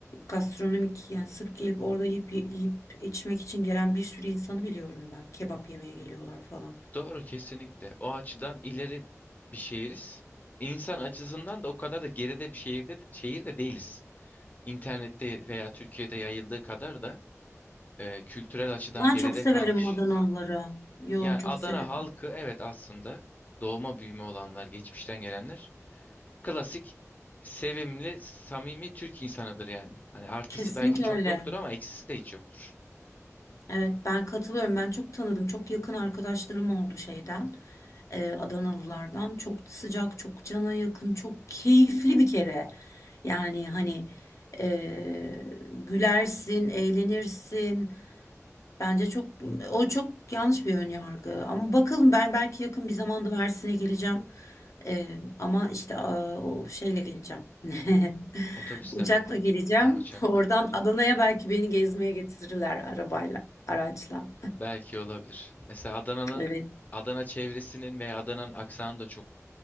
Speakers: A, on the left (about 65°); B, on the left (about 30°).
A: gastronomik yani sırf gelip orada yiyip, yiyip içmek için gelen bir sürü insanı biliyorum ben. Kebap yemeye geliyorlar falan.
B: Doğru kesinlikle. O açıdan ileri bir şehiriz. İnsan açısından da o kadar da geride bir şehirde şehir de değiliz. İnternette veya Türkiye'de yayıldığı kadar da e, kültürel açıdan
A: Ben
B: geride
A: çok severim
B: kalmış.
A: Adanalıları. Yo
B: Yani
A: çok
B: Adana
A: severim.
B: halkı evet aslında doğma büyüme olanlar, geçmişten gelenler klasik sevimli, samimi Türk insanıdır yani. Hani artısı
A: Kesinlikle
B: belki çok
A: öyle.
B: yoktur ama eksisi de hiç yoktur.
A: Evet ben katılıyorum. Ben çok tanıdım. Çok yakın arkadaşlarım oldu şeyden. e, Adanalılardan. Çok sıcak, çok cana yakın, çok keyifli bir kere. Yani hani e, gülersin, eğlenirsin. Bence çok o çok yanlış bir ön yargı. Ama bakalım ben belki yakın bir zamanda Mersin'e geleceğim. Ee, ama işte aa, o şeyle geleceğim. <laughs>
B: Otobüste
A: Uçakla
B: mi?
A: geleceğim.
B: Ha uçakla.
A: Oradan Adana'ya belki beni gezmeye getirirler arabayla, araçla.
B: Belki olabilir. Mesela Adana'nın
A: Evet.
B: Adana çevresinin veya Adana'nın aksanı da çok